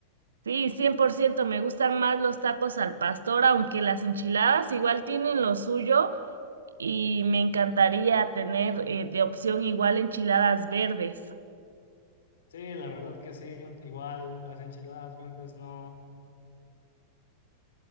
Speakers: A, on the right; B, on the left.
A: Sí, 100%. me gustan más los tacos al pastor, aunque las enchiladas igual tienen lo suyo y me encantaría tener eh, de opción igual enchiladas verdes.
B: Sí, la verdad que sí, igual las enchiladas verdes no,